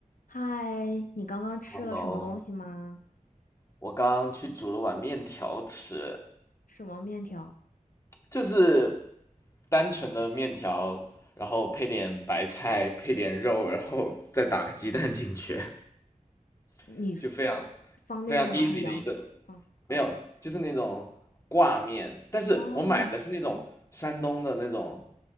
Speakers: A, on the left (about 75°); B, on the left (about 20°).
A: 嗨，你刚刚吃了什么东西吗？
B: Hello，我刚刚去煮了碗面条吃，
A: 什么面条？
B: 就是单纯的面条，然后配点白菜，配点肉，然后再打个鸡蛋进去，
A: 你
B: <laughs> 就非常非常
A: 方便面吗？
B: easy
A: 还是羊？
B: 的一顿。
A: 嗯，
B: 没有，就是那种挂面，但是我买的是那种山东的那种
A: 哦